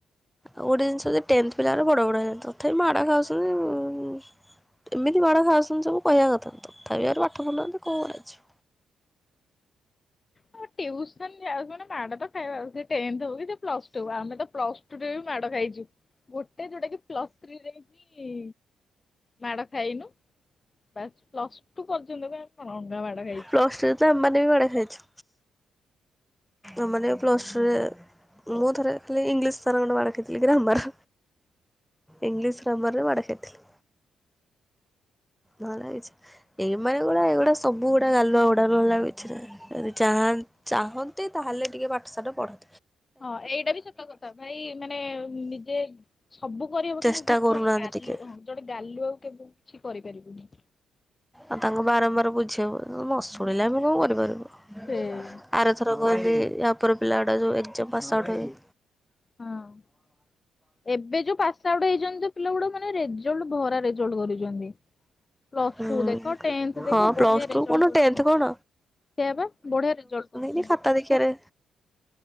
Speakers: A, in the centre; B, on the left.
A: ଆଉ ଗୋଟେ ଜିନିଷ ଜେ ଟେନ୍ଥ ପିଲାରା ବଡ ବଡ ହେଇଯାନ୍ତି ତଥାପି ମାଡ ଖାଉସନ୍ତି ଉଁ ଉଁ ଏମିତି ମାଡ଼ ଖାଉସନ୍ତି ସବୁ କହିବା କଥା ତଥାପି ଆରେ ପାଠ ପଢୁ ନାହାନ୍ତି କଣ କରାଜିବ।
B: ସେ ଟିଉସନ ଯାଉଛନ୍ତି ମାଡ ତ ଖାଇବାକୁ ସେ ଟେନ୍ଥ ହଉକି ପ୍ଲସଟୁ ହଉ ଆମେ ତ ପ୍ଲସ ଟୁରେ ବି ମାଡ ଖାଇଚୁ ଗୋଟେ ଯୋଉଟା କି ପ୍ଲସଥ୍ରୀରେ କି ମାଡ ଖାଇନୁ ବାସ ପ୍ଲସ ଟୁ ପର୍ଯ୍ୟନ୍ତ ବି ଆମେ କଣ ନଂଘା ମାଡ ଖାଇଚୁ।
A: ପ୍ଲସ୍ ଟୁରେ ତ ଆମେ ମାନେ ବି ମାଡ ଖାଇଚୁ। ଆମମାନେ ବି ପ୍ଲସଟୁରେ ମୁଁ ଥରେ ଖାଲି ଇଂଲିଶ ସାରଙ୍କଠୁ ମାଡ଼ ଖାଇଥିଲି ଗ୍ରାମାର। ଇଂଲିଶ ଗ୍ରାମର ରେ ମାଡ଼ ଖାଇଥିଲି। ନହେଲେ କିଛି ଏଇ ମାନେ ଗୁଡା ଏଇଗୁଡା ସବୁ ଗୁଡା ଗାଲୁଆ ଗୁଡା ନହେଲେ ଆଉ କିଛି ନାହିଁ। ଯଦି ଚାହା ଚାହନ୍ତେ ତାହେଲେ ଟିକେ ପାଠ ସାଠ ପଢ
B: ହଁ ଏଇଟା ବି ସତ କଥା ଭାଇ ମାନେ ନିଜେ ସବୁ କରିହବ
A: ଚେଷ୍ଟା
B: କିନ୍ତୁ ଗୋଟେ
A: କରୁନାହାନ୍ତି
B: ଜଣେ ଗାଲୁ
A: ଟିକେ।
B: ଜଣେ ଗାଲୁଆକୁ କେବେ କିଛି କରିପାରିବୁନି।
A: ଆଉ ତାଙ୍କୁ ବାରମ୍ବାର ବୁଝେଇବୁ ନ ଶୁଣିଲେ ଆମେ କଣ କରିପାରିବୁ।
B: ସେଇ।
A: ଆରଥରକ ଏମିତି ୟାପର ପିଲା ଗୁଡା ଯୋଉ ଏଗଜାମ ପାସ ଆଉଟ ହେବେ
B: ହଁ ଏବେ ଯୋଉ ପାସ ଆଉଟ୍ ହେଇଛନ୍ତି ଜଉ ପିଲା ଗୁଡାକ ମାନେ ରେଜଲ୍ଟ ଭରା ରେ ଜଲ୍ଟ କରିଛନ୍ତି, ପ୍ଲସ
A: ହୁଁ
B: ଟୁ ଦେଖ, ଟେନ୍ଥ
A: ହଁ
B: ଦେଖ
A: ପ୍ଲସ୍
B: ବଢିଆ
A: ଟୁ
B: ରେଜଲ୍ଟ
A: କଣ
B: କରିଛନ୍ତି।
A: ଟେନ୍ଥ କଣ
B: ସେୟା ବା ବଢିଆ ରେଜଲ୍ଟ କରିଛନ୍ତି।
A: କି ଖାତା ଦେଖିବାରେ